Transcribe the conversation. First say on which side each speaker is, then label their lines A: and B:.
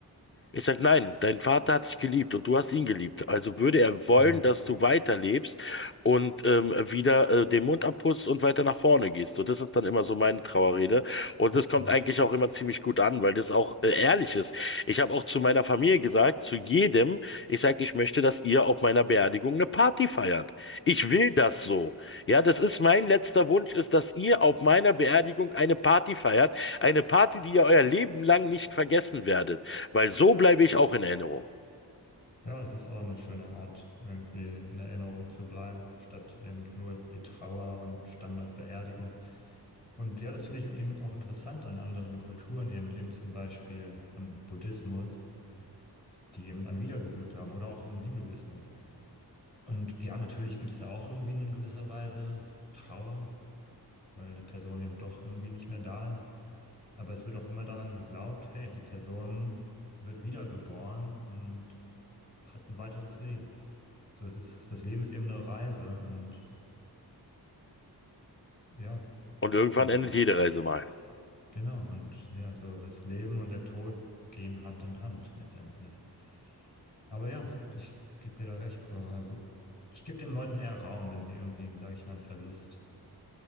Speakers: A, on the left; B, on the left.
A: Ich sage nein, dein Vater hat dich geliebt und du hast ihn geliebt. Also würde er wollen,
B: genau,
A: dass du weiterlebst und ähm, wieder äh, den Mund abpustest und weiter nach vorne gehst. So, das ist dann immer so meine Trauerrede. Und
B: absolut.
A: das kommt eigentlich auch immer ziemlich gut an, weil das auch äh, ehrlich ist. Ich habe auch zu meiner Familie gesagt, zu jedem, ich sage, ich möchte, dass ihr auf meiner Beerdigung eine Party feiert. Ich will das so. Ja, das ist mein letzter Wunsch, ist, dass ihr auf meiner Beerdigung eine Party feiert. Eine Party, die ihr euer Leben lang nicht vergessen werdet. Weil so bleibe ich auch in Erinnerung.
B: Ja, es ist auch eine schöne Art, irgendwie in Erinnerung zu bleiben, statt eben nur die Trauer und Standardbeerdigung. Und ja, das finde ich eben auch interessant an anderen Kulturen, eben eben zum Beispiel am Buddhismus, die eben an Wiedergeburt glauben oder auch im Hinduismus. Und ja, natürlich gibt es da auch irgendwie in gewisser Weise Trauer, weil die Person eben doch irgendwie nicht mehr da ist. Aber es wird auch immer daran geglaubt, hey, die Person wird wiedergeboren und hat ein weiteres Leben. So, es ist, das Leben ist eben eine Reise und ja,
A: Und irgendwann
B: ähm,
A: endet jede Reise mal.
B: genau, und ja, so das Leben und der Tod gehen Hand in Hand letztendlich. Aber ja, ich gebe dir da recht, so, also ich gebe den Leuten eher Raum, wenn sie irgendwie, sage ich mal, einen Verlust